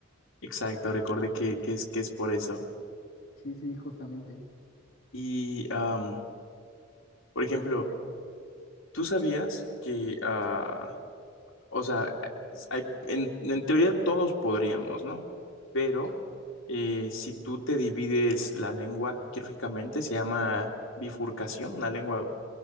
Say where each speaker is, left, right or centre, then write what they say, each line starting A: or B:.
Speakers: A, on the left; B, on the left.
A: Exacto, recordé que, que es, que es por eso.
B: Sí, sí, justamente.
A: Y, am, por ejemplo,
B: Sí, ve, sí, ve.
A: ¿tú sabías que, ah, o sea, hay- en, en teoría todos podríamos, ¿no? Pero eh, si tú te divides la lengua quirúrgicamente, se llama bifurcación, una lengua